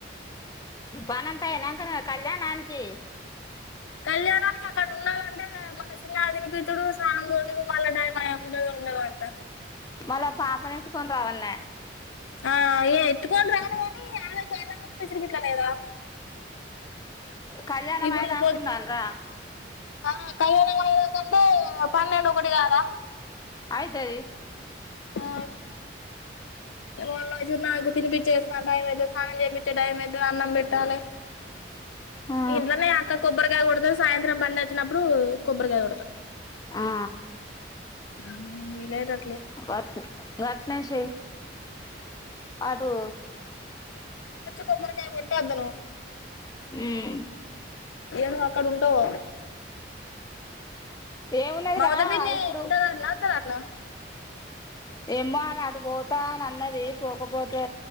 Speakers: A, on the left (about 20°); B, on the left (about 85°).
A: పనంతయనాంకనే కళ్యాణానికి
B: కళ్యాణానికి అక్కడ ఉండాలంటే మన చిన్న అగ్నిపతుడు సానం భోజుడు మళ్ళ టైం అండ ఉండదట
A: మళ పాపన కొన రావాలన్నా
B: ఆ ఏ ఎత్కండ్ర కాని ఆలోచాలపిచ్చిట్లేదా
A: <inaudible> కళ్యాణ
B: ఇప్పుడు
A: అదాకుడాాలరా
B: పొద్ ఆ కళ్యాణ వయ కంటే పన్నెండు ఒక ఒకటి కాదా
A: అయితే
B: ఆ ారళోు నాగ పిచ్చే టైమ్తే సాం చెపితే టై అన్నం పెట్టాలి
A: ఆ
B: ఇంట్లోనే అక్క కొబ్బరి కాయ కొడతారు సాయంత్రం పడి వచ్చినప్పుడు కొబ్రికాయ కొడతారు
A: ఆ
B: అ <inaudible>
A: వతు గట్ స అటు
B: కొబరకాయ కొట్టే అద్దను
A: మ్
B: ఏను అక్కడ ఉంటావ
A: ఏమున్నదిరా
B: మమత పిన్ని
A: ఇప్పుడు
B: ఉంటది ఆట నా వత్తదటనా
A: ఎమ్మో ఆమె అడు పోతా అని అన్నది పోకపోతే